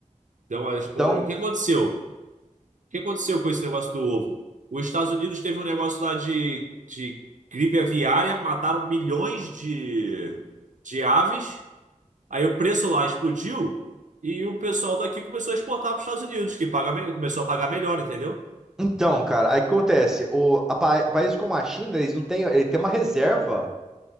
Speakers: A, on the right; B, in the centre.
A: Deu uma explodida.
B: Então,
A: O que aconteceu? O que aconteceu com esse negócio do ovo? Os Estados Unidos teve um negócio lá de, de gripe aviária, mataram milhões de, de aves. Aí o preço lá explodiu e o pessoal daqui começou a exportar para os Estados Unidos, que paga me- começou a pagar melhor, entendeu?
B: então, cara, aí o que acontece? O, a pa- países como a China, eles não têm, ele tem uma reserva.